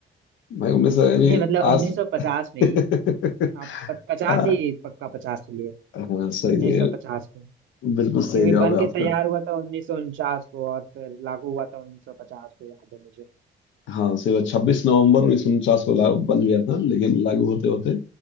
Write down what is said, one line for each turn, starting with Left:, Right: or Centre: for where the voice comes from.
Left: भाई उन्नीस सौ यानी
Right: <laughs> नहीं मतलब 1950
Left: आस
Right: में ही
Left: <laughs>
Right: हाँ प- 50
Left: हाँ
Right: ही पक्का 50 के लिए
Left: हाँ, सही
Right: 1950
Left: है
Right: को और
Left: बिल्कुल सही
Right: क्योंकि
Left: जवाब
Right: बन
Left: है
Right: के
Left: आपका
Right: तैयार हुआ था 1949 को और फिर लागू हुआ था 1950 को याद है मुझे
Left: हाँ सिर्फ छब्बीस नवंबर उन्नीस सौ उनचास को लागू बन गया था लेकिन लागू होते होते